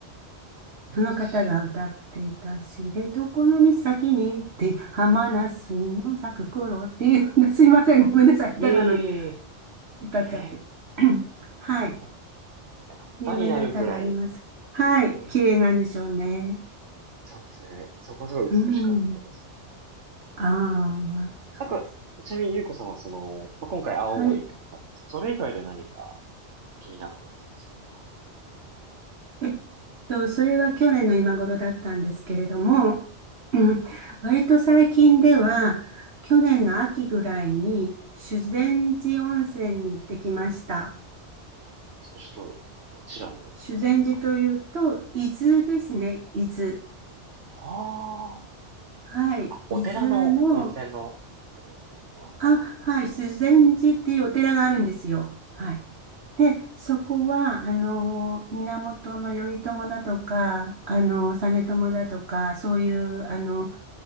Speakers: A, on the right (about 65°); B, on the right (about 80°).
A: その方が歌っていた知床の岬に行って浜那須の咲く頃っていうような、
B: し
A: すいません、ごめんなさい、
B: いえいえ
A: 歌なのに歌っちゃって。
B: いえ、
A: <coughs> <clears throat> はい。
B: えー、いや歌になるぐらい、
A: 有名な歌があります。はい。
B: ええ。
A: 綺麗なんでしょうね。
B: そうですね。そこはすごい美しかったですね。
A: うん。ああ、そうです。
B: なんか、ちなみにゆうこさんはその、まあ、今回青森行かれたと。
A: はい。
B: そそれ以外で何か気になったところでしたか
A: えっと、それは去年の今頃だったんですけれども、<coughs> うん割と最近では、去年の秋ぐらいに、修善寺温泉に行ってきました。
B: それちょっと、どちらの温泉ですか
A: 修善寺というと、伊豆ですね。伊豆。
B: あ
A: はい。
B: あ。あ、
A: 伊豆の、
B: お寺の温泉のとこですね。この名前が。
A: あ、はい。修善寺っていうお寺があるんですよ。はい。で、そこは、あの、源頼朝だとか、あの、実朝だとか、そういう、あの、